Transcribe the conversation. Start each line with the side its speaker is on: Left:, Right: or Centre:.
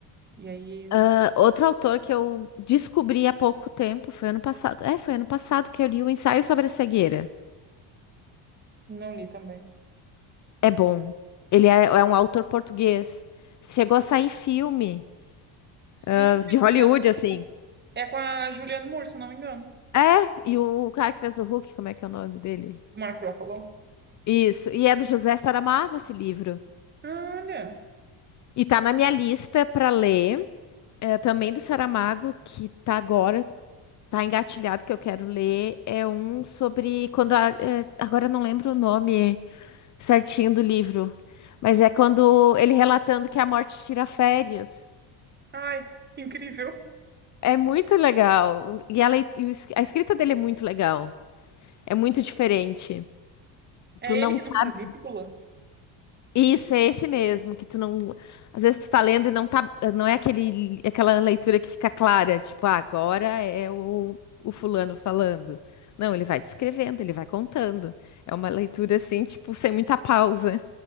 Right: E aí,
Left: Ah, outro autor que eu descobri há pouco tempo, foi ano passado. É, foi ano passado que eu li o Ensaio sobre a Cegueira.
Right: não li também.
Left: É bom. Ele é, é um autor português. Chegou a sair filme
Right: Sim,
Left: ah, de
Right: se não
Left: Hollywood,
Right: me engano,
Left: assim.
Right: é com a Julianne Moore, se eu não me engano.
Left: É, e o, cara que fez o Hulk, como é que é o nome dele?
Right: O Mark Ruffalo.
Left: Isso. E é do José Saramago esse livro.
Right: Olha,
Left: E tá na minha lista pra ler. É, também do Saramago, que tá agora, tá engatilhado que eu quero ler. É um sobre quando a, é, agora eu não lembro o nome. certinho do livro. Mas é quando ele relatando que a morte tira férias.
Right: ai, que incrível.
Left: É muito legal. E a, lei- e o es- a escrita dele é muito legal. É muito diferente.
Right: É
Left: Tu não
Right: ele que
Left: sabe.
Right: não usa vírgula.
Left: Isso, é esse mesmo, que tu não. Às vezes tu tá lendo e não tá. Não é aquele, aquela leitura que fica clara, tipo, ah, agora é o, o fulano falando. Não, ele vai descrevendo, ele vai contando. É uma leitura assim, tipo, sem muita pausa.